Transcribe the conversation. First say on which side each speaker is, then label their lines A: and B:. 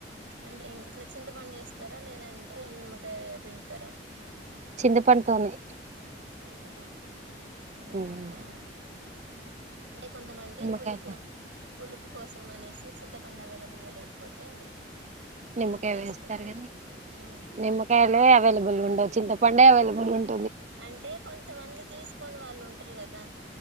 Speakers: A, on the right (about 80°); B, on the right (about 40°).
A: అంటే ఇట్లా చింతపండు వేస్తారా లేదంటే నిమ్మకాయ పిండుతారా
B: చింత పడుతోనే
A: చింతపండు హు
B: ఉమ్,
A: హు అంటే కొంతమంది
B: నిమ్మకాయ
A: పులుపు పులుపు కోసం అనేసి చింతపండు అవైలబుల్ గా లేకపోతే
B: నిమ్మకాయ
A: అది కూడా వేసుకుంటారు
B: వేస్తారు గాని
A: ఉమ్
B: నిమ్మకాయలే అవైలబుల్ ఉండాదు చింత పండే అవైలబుల్ ఉండ
A: అంటే కొంతమంది తీసుకొని వాళ్ళు ఉంటారు కదా